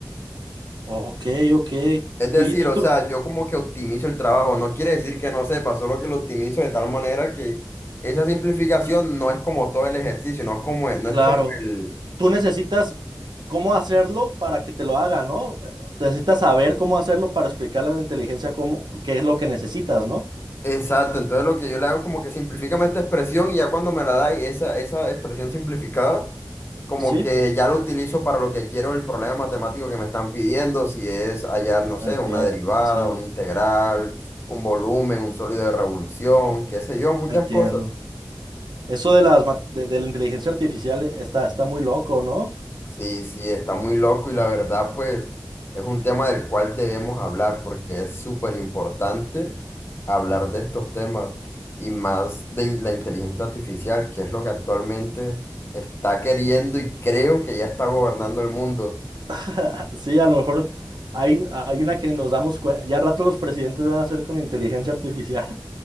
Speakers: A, on the right; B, on the left.
A: Ok, ok.
B: Es decir,
A: Y, y
B: o
A: tú,
B: sea, yo como que optimizo el trabajo, no quiere decir que no sepa, solo que lo optimizo de tal manera que esa simplificación no es como todo el ejercicio, no es como, no
A: claro,
B: es como el...
A: tú necesitas cómo hacerlo para que te lo haga, ¿no? Eh, Necesitas saber cómo hacerlo para explicarle a la inteligencia cómo, qué es lo que necesitas, ¿no?
B: Exacto, entonces lo que yo le hago es como que simplifícame esta expresión y ya cuando me la da esa, esa expresión simplificada, como
A: Sí,
B: que ya lo utilizo para lo que quiero el problema matemático que me están pidiendo, si es hallar, no sé,
A: entiendo.
B: una derivada,
A: Sí,
B: una integral, un volumen, un sólido de revolución, qué sé yo, muchas
A: entiendo.
B: cosas.
A: Eso de las ma- de, de la inteligencia artificial está, está muy loco, ¿no?
B: Sí, sí, está muy loco y la verdad, pues, es un tema del cual debemos hablar porque es súper importante hablar de estos temas y más de la inteligencia artificial, que es lo que actualmente está queriendo y creo que ya está gobernando el mundo.
A: <laughs> Sí, a lo mejor hay, hay una que ni nos damos cuenta. Ya al rato los presidentes van a hacer con inteligencia artificial.